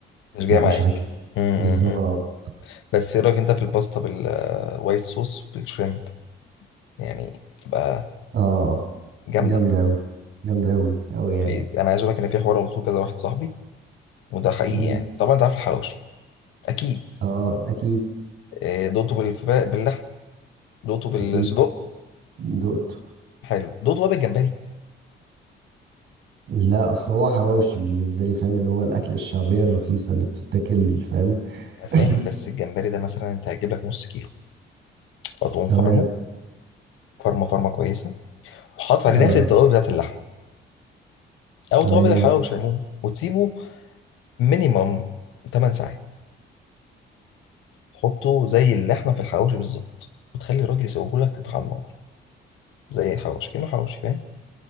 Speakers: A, on the left (about 85°); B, on the right (about 70°).
A: مش جاية
B: لا
A: معاك
B: مش عاجبني
A: م- م-
B: بالظبط
A: م. بس ايه رأيك انت في الباستا بالوايت صوص بالشريمب يعني تبقى
B: اه
A: جامدة
B: جامدة أوي جامدة أوي أوي يعني
A: في انا عايز اقول لك ان في حوار قلته كذا واحد صاحبي وده حقيقي
B: مم.
A: يعني طبعا انت عارف الحواوشي اكيد
B: اه أكيد
A: إيه، دوقته بالفراخ باللحمة دوقته بالصدق
B: أكيد دقته
A: حلو دوقته بقى بالجمبري
B: لا أصل هو حواوشي بالنسبة لي فاهم اللي هو الأكلة الشعبية الرخيصة اللي بتتاكل فاهم
A: انا فاهم
B: <laughs>
A: بس الجمبري ده مثلا انت هتجيب لك نص كيلو وتقوم
B: تمام
A: فرمه فرمه فرمه كويسه وحاطط
B: اه
A: عليه نفس التوابل بتاعت اللحمه او
B: تمام
A: توابل الحواوشي عموما وتسيبه مينيمم 8 ساعات تحطه زي اللحمه في الحواوشي بالظبط وتخلي الراجل يسويه لك على النار زي الحواوشي كأنه حواوشي فاهم